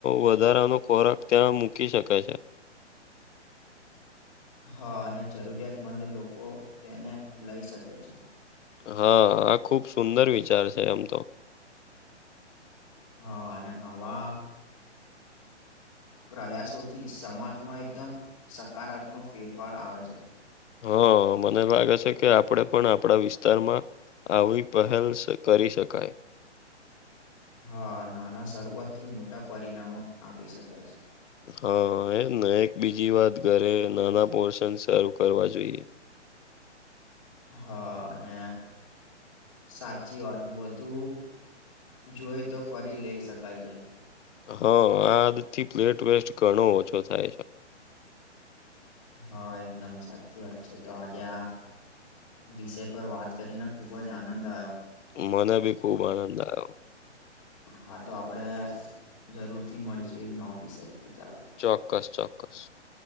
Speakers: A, on the left; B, on the left.
A: વધારાનો ખોરાક ત્યાં મૂકી શકે છે.
B: હા અને જરૂરિયાતમંદ લોકો તેને લઈ શકે છે.
A: હા આ ખુબ સુંદર વિચાર છે એમ તો.
B: હા અને આવા પ્રયાસોથી સમાજમાં એકદમ સકારાત્મક ફેરફાર આવે છે.
A: હા મને લાગે છે કે આપણેે પણ આપણા વિસ્તારમાં આવી પહેલ કરી શકાય.
B: હા નાના શરૂઆત થી મોટા પરિણામો આપી શકાય છે.
A: હા એમ ને એક બીજી વાત ઘરે નાના પોર્શન સર્વ કરવા જોઈએ.
B: હા અને સાચી વાત વધુ જોઈ તો ફરી લઈ શકાય છે.
A: હા આદતથી પ્લેટ વેસ્ટ ઘણો ઓછો થાય છે.
B: હા એકદમ સાચી વાત છે તો આજે આ વિષય પર વાત કરીને ખૂબ જ આનંદ આવ્યો.
A: મને ભી ખુબ આનંદ આયો.
B: હા તો આપડે જરૂર થી મળીશું એક નવ વીષય પર ચાલો.
A: ચોક્કસ ચોક્કસ.